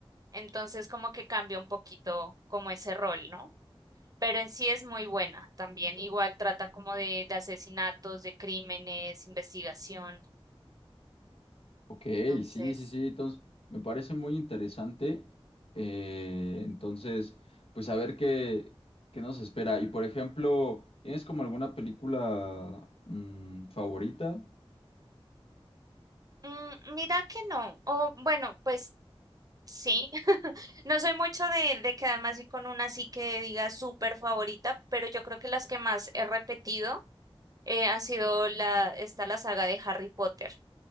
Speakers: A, on the right (about 35°); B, on the left (about 70°).
A: Entonces como que cambia un poquito como ese rol, ¿no? Pero en sí es muy buena también. Igual trata como de, de asesinatos, de crímenes, investigación.
B: Ok,
A: Entonces,
B: sí, sí, sí. Entonces, me parece muy interesante. Eh, entonces, pues a ver qué, qué nos espera. Y por ejemplo, ¿tienes como alguna película mm, favorita?
A: mm, mira que no. O bueno, pues sí. <laughs> No soy mucho de, de quedarme así con una así que diga súper favorita, pero yo creo que las que más he repetido eh, han sido la, está la saga de Harry Potter.